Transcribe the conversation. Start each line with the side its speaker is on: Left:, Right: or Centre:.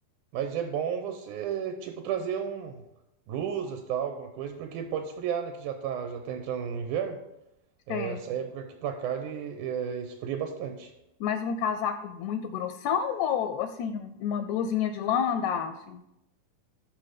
Right: Mas é bom você, tipo, trazer um blusas, tal, alguma coisa, porque pode esfriar, né? Que já tá, já tá entrando no inverno.
Left: Você,
Right: É, Essa época aqui pra cá ele é, esfria bastante.
Left: mais um casaco muito grossão ou assim uma blusinha de lã dá, assim?